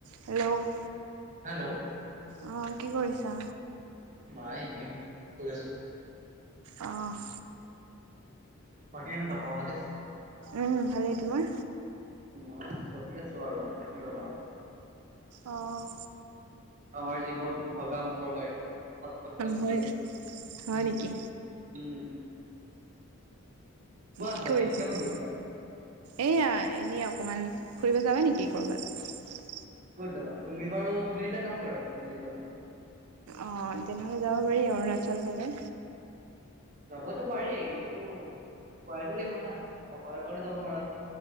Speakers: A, on the right (about 85°); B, on the right (about 35°).
A: Hello.
B: Hello
A: অ'। কি কৰিছা?
B: নাই এনেই, শুই আছো।
A: অ'।
B: বাকী কেনেকুৱা খবৰ খাতি?
A: উম ভালেই, তোমাৰ?
B: মই চলি আছো আৰু, কি ক'বা।
A: অ'।
B: আমাৰ জীৱন ভগা মটৰ গাড়ী খট খটকৈ চলি
A: হয়
B: আছে
A: হয়
B: উম
A: নেকি
B: উম। কোৱা
A: কি
B: বাকী
A: কৰি আছিলা?
B: কিমান গৈছিলা?
A: এইয়া এনেই অকমান ফুৰিব যাবা নেকি ক'ৰবাত।
B: ক'ত যাবা তুমি বাৰু তুমি নিলে যাম বাৰু যদি যোৱা।
A: অ', তেনেহ'লে যাব পাৰি অৰুণাচল ফালে।
B: যাবতো পাৰি কিন্তু উপায়টো লাগিব না অকলে অকলে যাব নোৱাৰা।